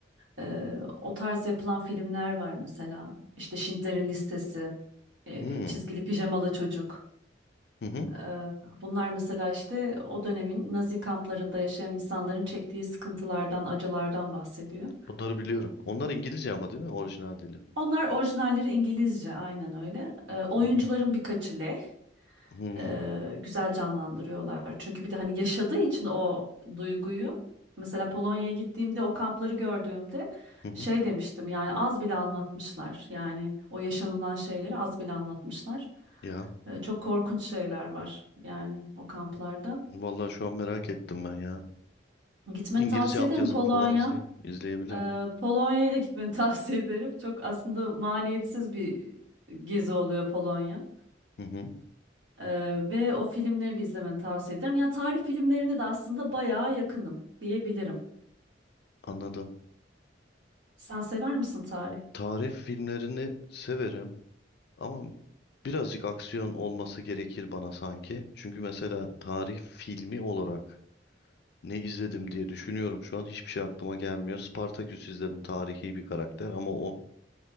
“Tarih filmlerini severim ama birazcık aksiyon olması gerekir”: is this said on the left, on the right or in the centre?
Left